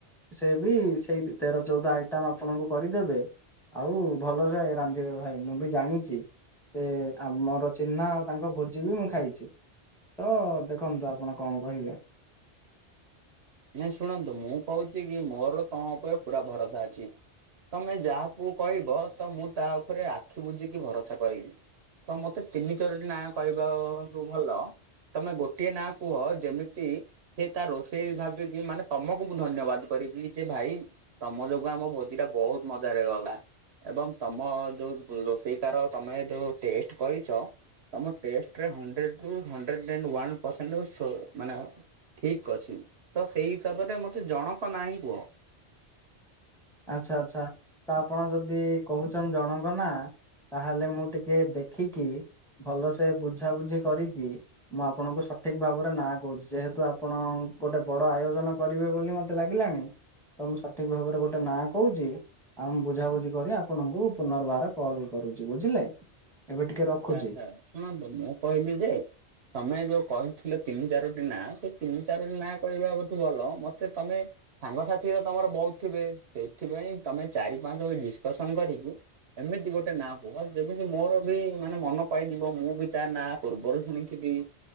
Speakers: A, in the centre; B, on the right.
A: ସେ ବି ସେଇ ତେର ଚଉଦ ଆଇ ଆଇଟମ ଆପଣଙ୍କୁ କରିଦେବେ, ଆଉ ଭଲସେ ରାନ୍ଧିବେ ଭାଇ, ମୁଁ ବି ଜାଣିଛି ସେ ଆମର ଚିହ୍ନା, ଆଉ ତାଙ୍କ ଭୋଜି ବି ମୁଁ ଖାଇଛି। ତ ଦେଖନ୍ତୁ ଆପଣ କଣ କହିବେ
B: ନାଇଁ ଶୁଣନ୍ତୁ ମୁଁ କହୁଛି କି, ମୋର ତମ ଉପରେ ପୁରା ଭରସା ଅଛି। ତମେ ଯାହାକୁ କହିବ, ତ ମୁଁ ତା ଉପରେ ଆଖି ବୁଝିକି ଭରସା କରିବି। ତ ମତେ ତିନି ଚରୋଟି ନାଁ କହିବାକୁ ଭଲ। ତମେ ଗୋଟିଏ ନାଁ କୁହ ଯେମିତି ସେ ତା ରୋଷେଇ ଭାଗ ମାନେ ତମକୁ ମୁଁ ଧନ୍ୟବାଦ କରିବି ଯେ ଭାଇ ତମ ଯୋଗୁ ଆମ ଭୋଜି ଟା ବହୁତ୍ ମଜାରେ ଗଲା। ଏବଂ ତମ ଯଉ ରୋଷେଇ ଟାର ତମେ ଯଉ ଟେଷ୍ଟ୍ କରିଚ ତମ ଟେଷ୍ଟ୍ ରେ ହଂଡ୍ରେଟ୍ ରୁ ହଂ ୱାନ୍ ପର୍ସେଣ୍ଟ୍ ମାନେ ଠିକ୍ ଅଛି। ତ ସେଇ ହିସାବରେ ମତେ ଜଣକ ନାଁ ହିଁ କୁହ।
A: ଆଚ୍ଛା ଆଚ୍ଛା ତ ଆପଣ ଯଦି କହୁଚନ୍ତି ଜଣଙ୍କ ନାଁ ତାହେଲେ ମୁଁ ଟିକେ ଦେଖିକି ଭଲ ସେ ବୁଝାବୁଝି କରିକି ମୁଁ ଆପଣଙ୍କୁ ସ ଠିକ୍ ଭାବରେ ନାଁ କହୁଚି ଯେହେତୁ ଆପଣ ଗୋଟେ ବଡ ଆୟୋଜନ କରିବେ ବୋଲି ମତେ ଲାଗିଲାଣି ତ ମୁଁ ସଠିକ୍ ଭାବରେ ଗୋଟେ ଗୋଟେ ନାଁ କହୁଚି ଆଉ ମୁଁ ବୁଝାବୁଝି କରି ଆପଣଙ୍କୁ ପୁନର୍ବାର କଲ୍ କରୁଚି ବୁଝିଲେ। ଏବେ ଟିକେ ରଖୁଛି
B: ଆଚ୍ଛା ଆଚ୍ଛା ଶୁଣନ୍ତୁ ମୁଁ କହିଲି ଯେ ତମେ ଯଉ କହିଥିଲ ତିନି ଚାରୋଟି ନାଁ ସେ ତିନି ଚାରୋଟି ନାଁ କହିବା <unintelligible> ଭଲ ମତେ ତମେ ସାଙ୍ଗସାଥି ତ ତମର ବହୁତ୍ ଥିବେ ସେଇଥିପାଇଁ ତମେ ଚାରି ପାଞ୍ଚଙ୍କ ଡିସ୍କସନ୍ କରିକି ଏମିତି ଗୋଟେ ନା କୁହ ଯେମିତି ମୋର ବି ମାନେ ମନ ପାଇଯିବ ମୁଁ ବି ତା ନାଁ ପୂର୍ବରୁ ଶୁଣିଥିବି।